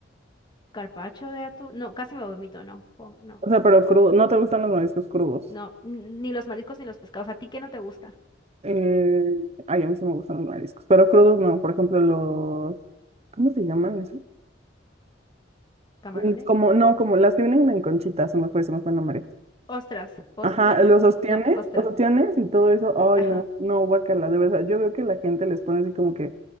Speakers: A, on the left; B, on the right.
A: carpacho de atún. No, casi me vomito, no, po- no,
B: O sea, pero crudo. No te gustan los mariscos crudos.
A: no, n- ni los mariscos ni los pescados. ¿A ti qué no te gusta?
B: Eh, ay, a mí sí me gustan los mariscos, pero crudos no. Por ejemplo, los. ¿Cómo se llaman? esos
A: ¿Camarones?
B: Mm, Como, no, como las que vienen en conchita, se me fue, se me fue el nombre.
A: Ostras, hostias,
B: Ajá, los ostiones,
A: o- no, ostras.
B: los ostiones y todo eso. Ay,
A: Ajá.
B: no, no, guacala, de verdad. Yo veo que la gente les pone así como que